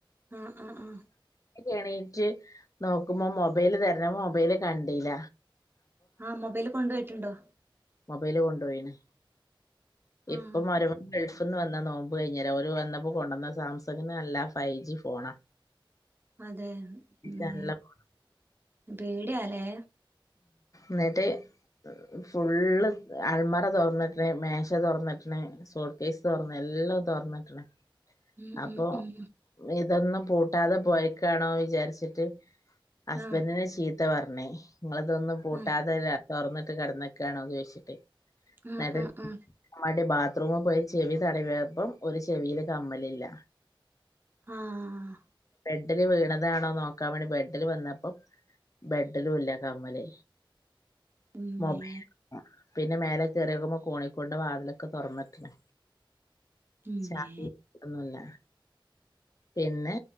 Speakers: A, on the right; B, on the left.
A: ആ ആ ആ
B: എണീറ്റ് നോക്കുമ്പോ മൊബൈല് തെരഞ്ഞ മൊബൈല് കണ്ടീല്ല
A: ആ മൊബൈല് കൊണ്ടു പോയിട്ടുണ്ടോ
B: മൊബൈല് കൊണ്ടുപോയിണ്
A: ആഹ്
B: ഇപ്പൊ മരുമകൾ നെയ്സ് ഫ്ന്ന് വന്നാ നോമ്പ് കഴിഞ്ഞോരാ ഓര് വന്നപ്പോ കൊണ്ടന്ന സാംസങ്ങിന് നല്ല ഫൈ ജി ഫോണാ
A: അതെ മേ
B: നല്ല ഫോണാ.
A: പേടി ആല്ലേ
B: ന്നിട്ട് ഫുള്ള് അൾമറ തൊർന്നിട്ട്ണ് മേശ തൊറന്നട്ട്ണ് സ്യൂട്ട് കേസ് തൊറന്ന് എല്ലാം തൊറന്നിട്ട്ണ്
A: ഉം
B: അപ്പൊ
A: ഉം ഉം
B: ഇതൊന്നും പൂട്ടാതെ പോയ്ക്കാണോ വിചാരിച്ചിട്ട് ഹാസ്ബൻ്റിനെ
A: ആഹ്
B: ചീത്ത പറഞ്ഞ് ണ്ണി ങ്ങള് ഇതൊന്നും പൂട്ടാതെരാ
A: ആഹ്
B: തൊറന്ന്ട്ട് കെടന്ന്ക്കാണോ ചോദിച്ചിട്ടേ
A: ആഹ്
B: ന്ന്ട്ട്
A: ആഹ് ആഹ്
B: മടി ബാത്ത് ബാത്റൂമി പോയി ചെവി തടവിയപ്പം ഒരു ചെവില് കമ്മലില്ല.
A: ആആഹ്
B: ബെഡിൽ വീണതാണോ നോക്കാൻ വേണ്ടി ബെഡിൽ വന്നപ്പോ ബെഡിലും ഇല്ല. നമ്മലേ
A: ഇമ്മേ
B: മൊബേൽ പിന്നെ മേലെ കേറി നോക്കുമ്പോ കോണിക്കൂടിൻ്റെ വാതിലൊക്കെ തുറന്നിട്ടണെ
A: ഇമ്മേ
B: ശാ ഒന്നുംല്ല പിന്നെ